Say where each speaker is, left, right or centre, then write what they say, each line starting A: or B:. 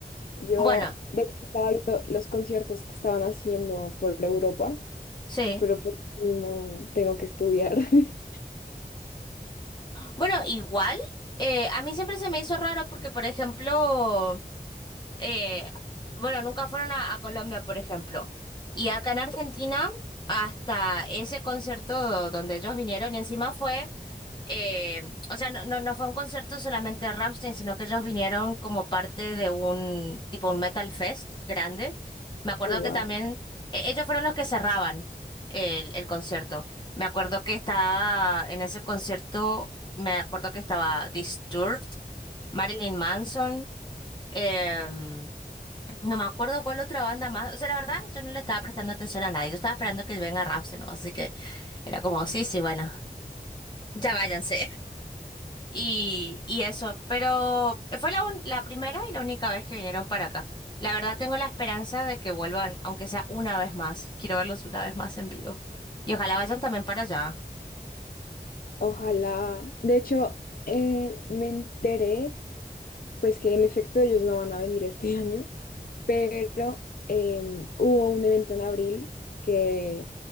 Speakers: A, on the left; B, on the left.
A: Yo
B: Bueno,
A: de hecho, estaba viendo los conciertos que estaban haciendo por Europa,
B: sí.
A: pero por último tengo que estudiar. <laughs>
B: Bueno, igual, eh, a mí siempre se me hizo raro porque, por ejemplo, eh, bueno, nunca fueron a, a Colombia, por ejemplo. Y acá en Argentina, hasta ese concierto donde ellos vinieron y encima fue... eh, o sea, no, no, no fue un concierto solamente de Rammstein, sino que ellos vinieron como parte de un tipo un Metal Fest grande. Me acuerdo
A: Ay, wow.
B: que también e- ellos fueron los que cerraban el, el concierto. Me acuerdo que estaba en ese concierto, me acuerdo que estaba Disturbed, Marilyn Manson, em, no me acuerdo cuál otra banda más. O sea, la verdad, yo no le estaba prestando atención a nadie. Yo estaba esperando que venga Rammstein, ¿no? Así que era como, sí, sí, bueno, ya váyanse. Y, y eso, pero fue la, un- la primera y la única vez que vinieron para acá. La verdad tengo la esperanza de que vuelvan, aunque sea una vez más. Quiero verlos una vez más en vivo. Y ojalá vayan también para allá.
A: Ojalá. De hecho, eh, me enteré, pues que en efecto ellos no van a venir este <laughs> año, pero em, hubo un evento en abril que